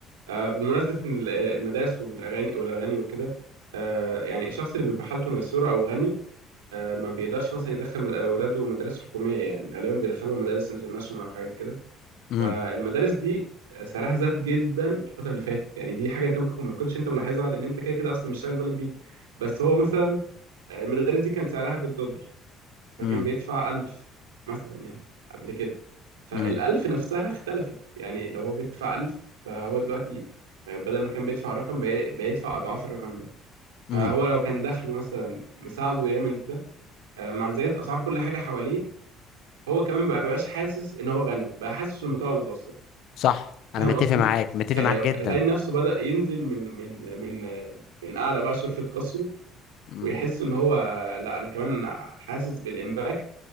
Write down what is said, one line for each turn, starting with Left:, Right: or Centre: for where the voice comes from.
Right: آه بالمناسبة إن ال- المدارس والاغاني والاغاني وكده آه يعني الشخص اللي بيبقى حالته ميسورة او غني آه ما بيقدرش مثلا يدخل مد- اولاده مدارس حكومية يعني غالبا بيدخلهم مدارس انترناشونال او حاجات كده
Left: امم
Right: فالمدارس دي سعرها زاد جدا الفترة اللي فاتت يعني دي حاجة انت ممكن ما تكونش انت ملاحظها لان انت كده كده اصلا مش شاغل بالك بيها بس هو مثلا المدارس دي كان سعرها بالدولار فكان
Left: امم
Right: بيدفع 1000 مثلا يعني قبل كده فالألف
Left: امم
Right: نفسها اختلفت يعني لو هو بيدفع 1000 فهو دلوقتي بدل ما كان بيدفع رقم بي- بيدفع أضعاف الرقم ده فهو
Left: امم
Right: لو كان دخله مثلا مساعده يعمل ده آه، مع زيادة أسعار كل حاجة حواليه هو كمان مبقاش حاسس إن هو غني بقى حاسس إنه طبقة متوسطة
Left: صح
Right: فاهم
Left: انا متفق
Right: قصدي؟
Left: معاك متفق
Right: يعني
Left: معاك
Right: الغني
Left: جدا
Right: نفسه بدأ ينزل من من من من أعلى بقى شرفة قصره
Left: امم
Right: ويحس إن هو لا أنا كمان حاسس بالإمباكت